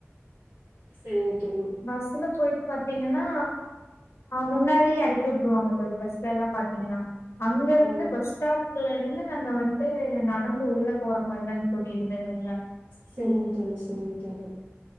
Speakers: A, on the right; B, on the left.
A: செரிங்க. தோழி
B: பஸ்ல்ல போயிட்டு பாத். தீங்கன்னா முன்னாடி எறக்கி வுட்டுருவாங்க தோழி பஸ்லல்லா பாத்தீங்கன்னா. அங்க இருந்து
A: ஆ
B: பஸ் ஸ்டாப்ல இருந்து. வந்துட்டு நடந்து உள்ள போற மாரிதாங். தோழி இருந்தது அதுல
A: சேரிங்க தோழி சேரிங்க தோழி.